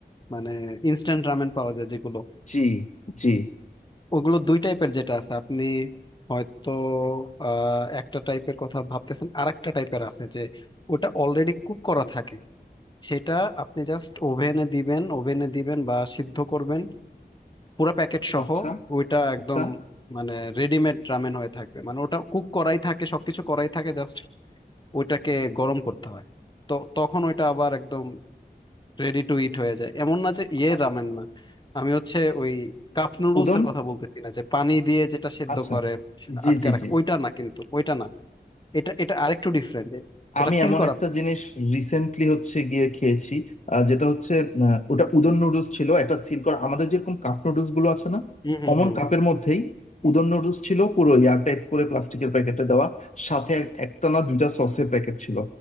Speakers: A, on the left (about 25°); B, on the left (about 45°).
A: মানে ইনস্ট্যান্ট রামেন পাওয়া যায় যেগুলো
B: জি জি
A: ওগুলো দুই টাইপের যেটা আছে আপনি হয়তো আহ, একটা টাইপের কথা ভাবতেছেন আরেকটা টাইপের আছে যে ওটা অলরেডি কুক করা থাকে সেটা আপনি জাস্ট ওভেনে দিবেন ওভেনে দিবেন বা সিদ্ধ করবেন পুরো প্যাকেট সহ
B: আচ্ছা
A: ওইটা একদম
B: আচ্ছা
A: মানে রেডিমেড রামেন হয়ে থাকবে মানে ওটা কুক করাই থাকে সবকিছু করাই থাকে জাস্ট ওইটাকে গরম করতে হয় তো তখন ওইটা আবার একদম রেডি টু ইট হয়ে যায় এমন না যে ইয়ে
B: আ-
A: রামেন না আমি হচ্ছে ওই কাপ নুডলস
B: উদম
A: এর কথা বলতেছি না যে পানি দিয়ে যেটা সেদ্ধ
B: আচ্ছা
A: করে
B: জি
A: আটকে
B: জি
A: রাখে
B: জি
A: ওইটা না কিন্তু ওইটা না এটা এটা আরেকটু ডিফারেন্ট এটা
B: আমি
A: সিল
B: এমন
A: করা
B: একটা জিনিস রিসেন্টলি হচ্ছে গিয়ে খেয়েছি আহ, যেটা হচ্ছে আহ, ওটা উদন নুডলস ছিল একটা সিল করা আমাদের যেরকম কাপ নুডলস গুলো আছে না
A: হুম হুম
B: অমন
A: হুম
B: কাপের মধ্যেই উদন নুডলস ছিল পুরো এয়ারটাইট করে প্লাস্টিকের প্যাকেটে দেওয়া সাথে এক- একটা না দুইটা সসের প্যাকেট ছিল